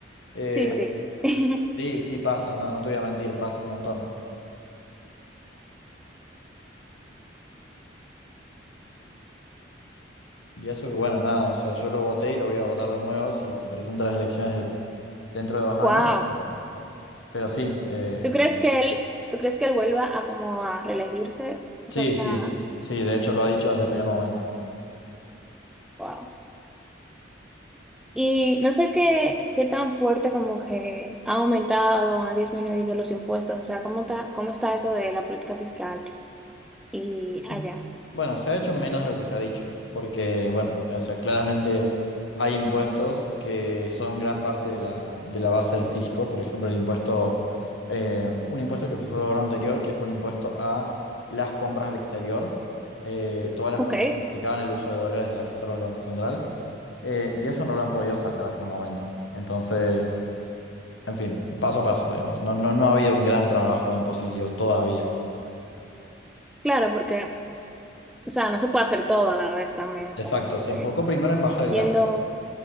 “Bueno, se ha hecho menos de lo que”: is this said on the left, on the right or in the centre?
Left